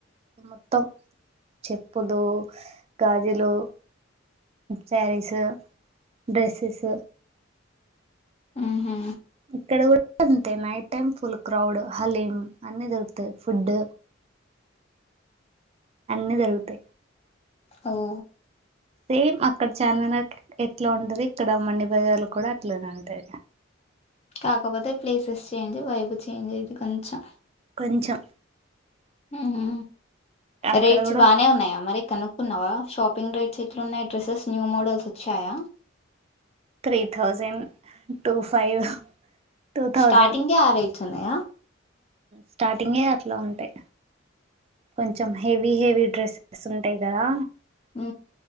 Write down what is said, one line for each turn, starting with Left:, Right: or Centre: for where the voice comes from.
Right: ఇక మొత్తం చెప్పులు గాజులు సారీస్ డ్రస్సెస్
Left: ఆహ
Right: ఇక్కడ కూడ అంతే night time full crowd haleem అన్ని దొరుకుతాయి ఫుడ్ అన్నీ దొరుగుతాయి
Left: అవు
Right: సేమ్ అక్కడ చార్మినార్ ఎట్ల ఉంటది ఇక్కడ అ మండి బజార్లు కూడ అట్లనే ఉంటది
Left: కాకపోతే ప్లేసెస్ చేంజ్ వైపు చేంజ్ అయితది కొంచెం
Right: ఉంచాం
Left: ఊహు
Right: అక్కడ
Left: రేట్స్
Right: కూడా
Left: బానే ఉన్నాయి మరి తను కొన్నవా షాపింగ్ రేట్స్ ఎట్లు ఉన్నాయి డ్రెసెస్ న్యూ మోడల్స్ వచ్చాయా
Right: three thousand two five two thousand
Left: starting ఆ రైతు ఉన్నయా
Right: స్టార్టింగే అట్ల ఉంటాయి కొంచం హెవీ హెవీ డ్రెస్సెస్ ఉంటాయి కదా
Left: ఉ